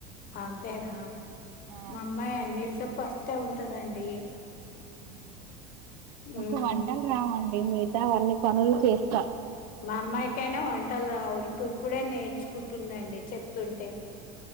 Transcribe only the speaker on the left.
ఆంతేనా
మామ్మమై అనిట్లో ఫస్టే ఉంటదండి
ఉమ్
మా అమ్మాయికైనా వంటలు రావు ఇప్పుడుప్పుడే నేర్చుకుంటుందండి చెప్తుంటే